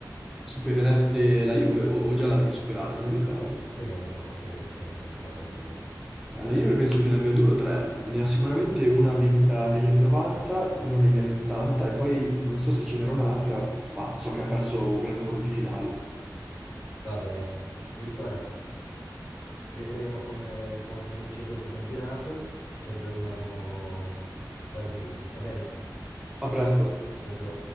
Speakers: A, in the centre; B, on the left (about 90°).
A: Superereste la Juve o, o già l'avete superata, non ricordo.
B: Sai che non so quante Champions c'ha la Juve.
A: Eh, La
B: Mm.
A: Juve penso che ne abbia due o tre, ne ha sicuramente una vinta negli anni 90, una negli anni 80 e poi non so se ce n'era un'altra, ma so che ha perso un gran numero di finali.
B: Va bene. Mircone, vedremo come, come finisce questo campionato. Ci aggiorniamo dal vivo, va bene?
A: A presto.
B: Ciao ciao.